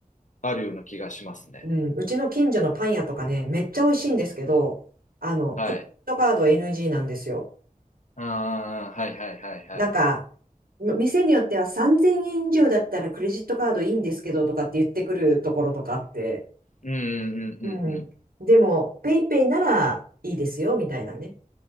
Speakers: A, on the left (about 55°); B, on the right (about 90°).
A: あるような気がしますね。
B: う。うん。うちの近所のパン屋とかね、めっちゃ美味しいんですけど、あの、
A: はい。
B: クレジットカードは NG なんですよ。
A: ああ、はいはいはいはい。
B: なんか、店によっては3000円以上だったらクレジットカードいいんですけどとかって言ってくるところとかあって、
A: うんうんうんうんうん。
B: うん。でも、ペイペイならいいですよ、みたいなね。